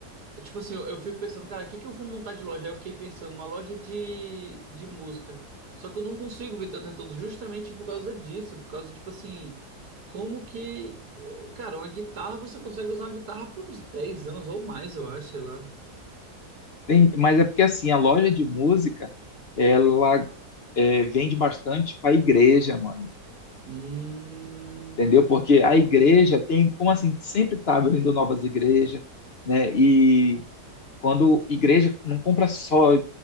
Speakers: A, on the right; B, on the left.
A: É, Tipo assim, eu, eu fico pensando, cara, o que que eu vou montar de loja? Aí eu fiquei pensando, uma loja de, de música. Só que eu não consigo ver tanto retorno justamente por causa disso, por causa, tipo assim, como que. eh, Cara, uma guitarra, você consegue usar uma guitarra por uns dez anos ou mais, eu acho, sei lá.
B: Tem- mas é porque assim, a loja de música, ela é, vende bastante para igreja, mano,
A: Hum.
B: entendeu? Porque a igreja tem, como assim, sempre tá abrindo novas igrejas, né? E Quando igreja não compra só